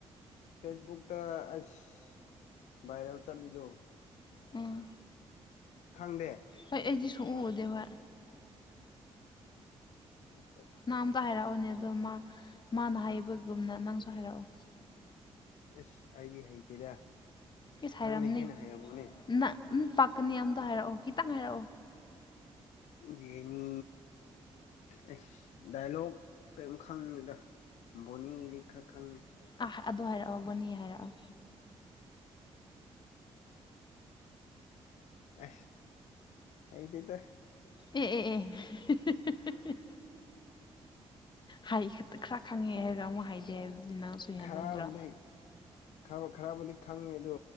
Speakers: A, on the left; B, on the left.
A: ꯐꯦꯁꯕꯨꯛꯇ ꯑꯩꯁ ꯚꯥꯏꯔꯦꯜ ꯆꯠꯂꯤꯗꯣ
B: ꯎꯝ
A: ꯈꯪꯗꯦ
B: ꯍꯣꯏ ꯑꯩꯗꯤ ꯁꯨꯡꯎ ꯎꯗꯦꯕ
A: <unintelligible>
B: ꯅꯪ ꯑꯝꯇ ꯍꯥꯏꯔꯛꯑꯣꯅꯦ ꯑꯗꯣ ꯃꯥ ꯃꯥꯅ ꯍꯥꯏꯕꯒꯨꯝꯅ ꯅꯪꯁꯨ ꯍꯥꯏꯔꯛꯑꯣ
A: ꯏꯁ ꯑꯩꯗꯤ ꯍꯩꯇꯦꯗ
B: ꯢꯁ ꯍꯥꯏꯔꯝꯅꯤ
A: ꯅꯪꯅ ꯍꯦꯟꯅ ꯍꯩꯔꯝꯒꯅꯤ
B: ꯅꯥ ꯎꯟ ꯄꯥꯛꯀꯅꯤ ꯑꯝꯇ ꯍꯥꯏꯔꯛꯑꯣ ꯈꯤꯇꯪ ꯍꯥꯏꯔꯛꯑꯣ
A: ꯖꯦꯅꯤ ꯑꯩꯁ ꯗꯥꯏꯂꯣꯛ ꯀ꯭ꯌꯝ ꯈꯪꯉꯦꯗ ꯕꯣꯅꯤꯒꯤꯗꯤ ꯈꯔ ꯈꯪꯉꯦ
B: ꯑꯍꯥ ꯑꯗꯨ ꯍꯥꯏꯔꯛꯑꯣ ꯕꯣꯅꯤꯒꯤ ꯍꯥꯏꯔꯛꯑꯣ
A: ꯑꯁ ꯍꯩꯇꯦꯗ
B: ꯑꯦ ꯑꯦ ꯑꯦ <unintelligible> ꯍꯥꯏ ꯈꯇ ꯈꯔ ꯈꯪꯉꯦ ꯍꯥꯏꯔꯒ ꯑꯃꯨꯛ ꯍꯥꯏꯗꯦ ꯍꯥꯏꯕꯗꯨꯗꯤ ꯅꯪꯁꯨ ꯍꯦꯟꯃꯟꯗ꯭ꯔꯣ
A: ꯈꯔꯕꯨꯗꯤ ꯈꯔ ꯈꯔꯕꯨꯗꯤ ꯈꯪꯉꯦ ꯑꯗꯨ